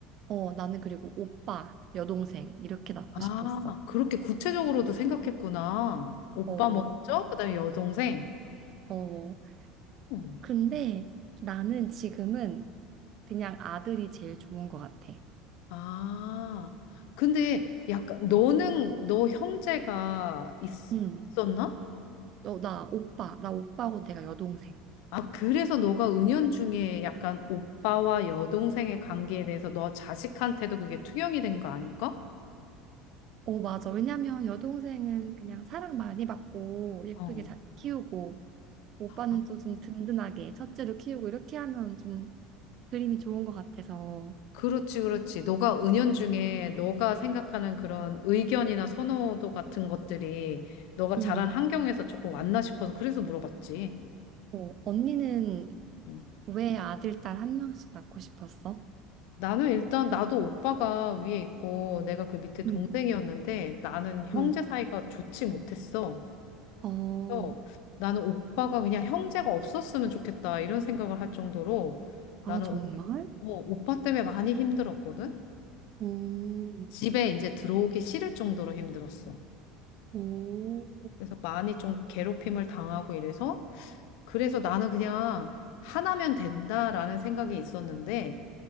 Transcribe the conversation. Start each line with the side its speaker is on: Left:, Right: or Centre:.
Right: 어, 나는 그리고 오빠, 여동생 이렇게 낳고
Left: 아,
Right: 싶었어.
Left: 그렇게 구체적으로도 생각했구나. 오빠
Right: 어,
Left: 먼저, 그다음에 여동생.
Right: 어.
Left: 오.
Right: 근데 나는 지금은 그냥 아들이 제일 좋은 것 같아.
Left: 아, 근데 약간 너는 너 형제가 있,
Right: 음.
Left: 있었나?
Right: 너, 나 오빠, 나 오빠고 내가 여동생.
Left: 아, 그래서 너가 은연중에 약간 오빠와 여동생의 관계에 대해서 너 자식한테도 그게 투영이 된 거 아닐까?
Right: 어, 맞아. 왜냐면 여동생은 그냥 사랑 많이 받고 예쁘게
Left: 어.
Right: 잘 키우고 오빠는
Left: 아,
Right: 또 좀 든든하게 첫째로 키우고 이렇게 하면 좀 그림이 좋은 것 같아서.
Left: 그렇지, 그렇지. 너가 은연중에 너가 생각하는 그런 의견이나 선호도 같은 것들이 너가
Right: 음,
Left: 자란 환경에서 조금 왔나 싶어서 그래서 물어봤지.
Right: 어, 언니는
Left: 음.
Right: 왜 아들, 딸 한 명씩 낳고 싶었어?
Left: 나는 일단 나도 오빠가 위에 있고 내가 그 밑에 동생이었는데
Right: 음.
Left: 나는 형제
Right: 음,
Left: 사이가 좋지 못했어.
Right: 어,
Left: 그래서 나는 오빠가 그냥 형제가 없었으면 좋겠다 이런 생각을 할 정도로
Right: 아,
Left: 나는
Right: 정말?
Left: 오, 오빠 때문에 많이 힘들었거든.
Right: 오..
Left: 집에 이제 들어오기 싫을 정도로 힘들었어.
Right: 오,
Left: 그래서 많이 좀 괴롭힘을 당하고 이래서 그래서 나는 그냥 하나면 된다라는 생각이 있었는데